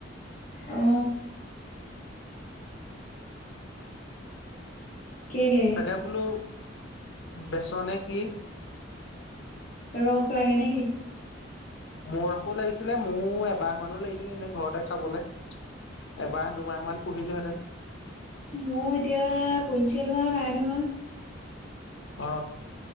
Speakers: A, on the left; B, on the left.
A: অ। কেলে?
B: এয়া- বোলো বেচ নে কি?
A: ৰস লাগে নে কি?
B: মৌ ৰসো লাগিছিলে, মৌ এবাহ মানো লাগিছিলে, এনে ঘৰতে খাবলৈ। এমাহ-দুমাহ মান পুহিলো হেতেন।
A: মৌ এতিয়া কুইনচেল হোৱা নাই নহয়।
B: অ।